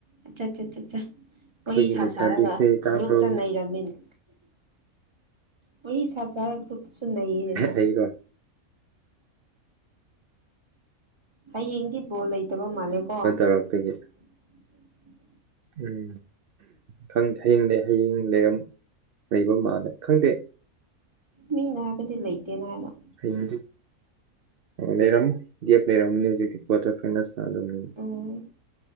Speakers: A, on the right; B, on the right.
A: ꯑꯆꯥ ꯑꯠꯆꯥ ꯑꯠꯆꯥ
B: ꯑꯩꯈꯣꯏꯒꯤ
A: ꯋꯥꯔꯤ ꯁꯥ
B: ꯂꯩꯁꯥꯕꯤꯁꯦ
A: ꯁꯥꯔꯒ
B: ꯇꯥꯕ꯭ꯔꯣ
A: ꯒ꯭ꯔꯨꯞꯇ ꯅꯩꯔꯝꯃꯦꯅꯦ ꯋꯥꯔꯤ ꯁꯥ ꯁꯥꯔ ꯒ꯭ꯔꯨꯞꯇꯁꯨ ꯅꯩꯌꯦꯗꯅ
B: ꯑꯩꯔꯣ
A: ꯍꯌꯦꯡꯗꯤ ꯕꯣꯜ ꯂꯩꯇꯕ ꯃꯥꯜꯂꯦꯀꯣ
B: ꯇꯔꯄꯒꯤ
A: <unintelligible>
B: ꯎꯝ ꯈꯪꯗꯦ ꯍꯌꯦꯡ ꯂꯩ ꯍꯌꯦꯡ ꯂꯩꯔꯝ ꯂꯩꯕ ꯃꯥꯜꯂꯦ ꯈꯪꯗꯦ
A: ꯃꯤꯅ ꯍꯥꯏꯕꯗꯤ ꯂꯩꯇꯦꯅ ꯍꯥꯏꯕ
B: ꯍꯌꯦꯡꯗꯤ ꯂꯩꯔꯝꯃꯣꯢ ꯒꯦꯞ ꯂꯩꯔꯝꯅꯤ ꯍꯧꯖꯤꯛꯇꯤ ꯀ꯭ꯋꯥꯇꯔ ꯐꯥꯏꯅꯦꯜꯁ ꯁꯥꯅꯗꯧꯅꯤꯅ
A: ꯎꯝ